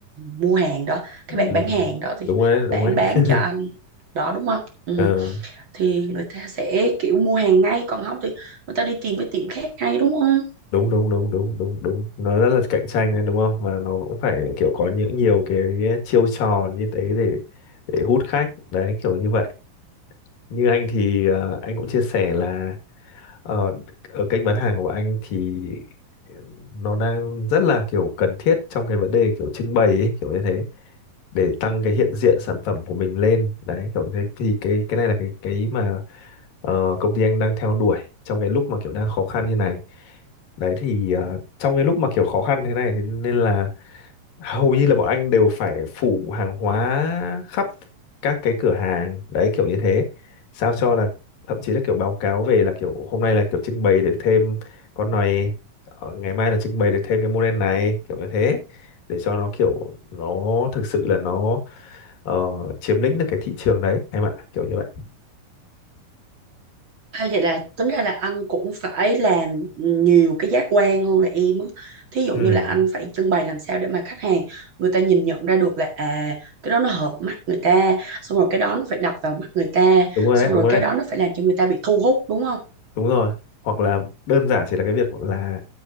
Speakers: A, on the right; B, on the left.
A: mua hàng đó cái
B: ừ.
A: bạn bán hàng đó thì
B: đúng rồi đấy đúng
A: bạn
B: rồi đấy.
A: bán cho anh đó đúng không ừ.
B: <laughs>
A: thì người ta sẽ kiểu mua hàng ngay còn không thì người ta đi tìm cái tiệm khác ngay đúng không
B: đúng đúng đúng đúng đúng đúng nó rất là cạnh tranh đấy đúng không mà nó cũng phải kiểu có những nhiều cái, chiêu trò như thế để để hút khách đấy kiểu như vậy như anh thì ờ, anh cũng chia sẻ là ờ, ở kênh bán hàng của anh thì ờ, nó đang rất là kiểu cần thiết trong cái vấn đề kiểu trưng bày ấy, kiểu như thế để tăng cái hiện diện sản phẩm của mình lên đấy kiểu thế thì cái cái này là cái cái mà ờ, công ty anh đang theo đuổi trong cái lúc mà kiểu đang khó khăn như này đấy thì ờ, trong cái lúc mà kiểu khó khăn thế này thì nên là hầu như là bọn anh đều phải phủ hàng hóa khắp các cái cửa hàng đấy kiểu như thế sao cho là thậm chí là kiểu báo cáo về là kiểu hôm nay là kiểu trưng bày được thêm con này ờ, ngày mai là trưng bày được thêm cái model này kiểu như thế để cho nó kiểu nó thực sự là nó ờ, chiếm lĩnh được cái thị trường đấy em ạ kiểu như vậy
A: À, vậy là tính ra là anh cũng phải làm nhiều cái giác quan hơn là em á. Thí dụ
B: ừ,
A: như là anh phải trưng bày làm sao để mà khách hàng người ta nhìn nhận ra được là à cái đó nó hợp mắt người ta, xong rồi cái đó nó phải đập vào mắt người ta,
B: đúng rồi
A: xong
B: đấy đúng
A: rồi
B: rồi
A: cái
B: đấy
A: đó nó phải làm cho người ta bị thu hút đúng không?
B: đúng rồi hoặc là đơn giản chỉ là cái việc là